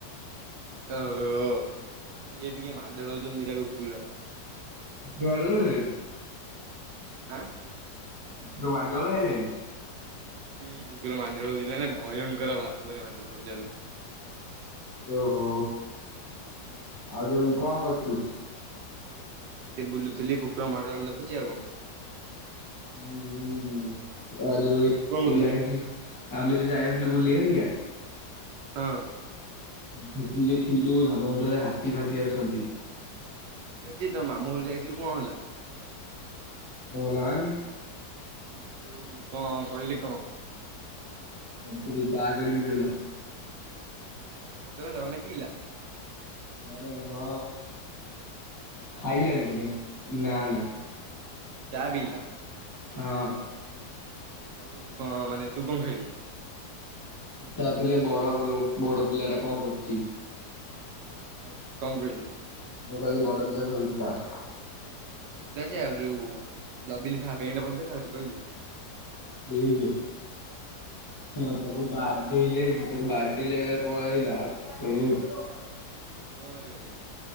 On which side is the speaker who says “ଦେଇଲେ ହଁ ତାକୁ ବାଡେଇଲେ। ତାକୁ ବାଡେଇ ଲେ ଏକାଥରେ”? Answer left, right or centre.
Left